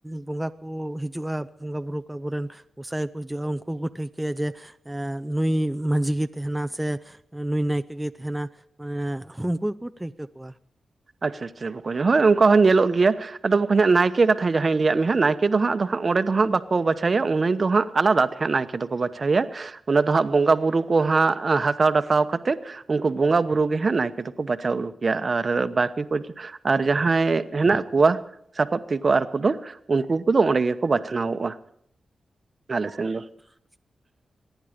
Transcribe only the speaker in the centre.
ᱵᱚᱸᱜᱟ ᱠᱚ ᱦᱤᱡᱩᱜ-ᱟ, ᱵᱚᱸᱜᱟ ᱵᱩᱨᱩ ᱠᱚ ᱟᱵᱚᱨᱮᱱ ᱜᱚᱸᱥᱟᱭ ᱠᱩ ᱦᱤᱡᱩᱜ-ᱟ᱾ ᱩᱱᱠᱩ ᱠᱚ ᱴᱷᱟᱹᱠᱟᱹᱠᱟᱹᱭᱟ ᱡᱮ ᱮᱸ ᱱᱩᱭ ᱢᱟᱺᱡᱷᱤ ᱜᱮ ᱛᱟᱸᱦᱮᱱᱟ ᱥᱮ ᱱᱩᱭ ᱱᱟᱭᱠᱮ ᱜᱮᱭ ᱛᱟᱦᱮᱱᱟ ᱢᱟᱱᱮ ᱮᱸᱜ ᱩᱱᱠᱩ ᱜᱮᱠᱚ ᱴᱷᱟᱹᱭᱠᱟᱹ ᱠᱚᱣᱟ᱾
<inaudible>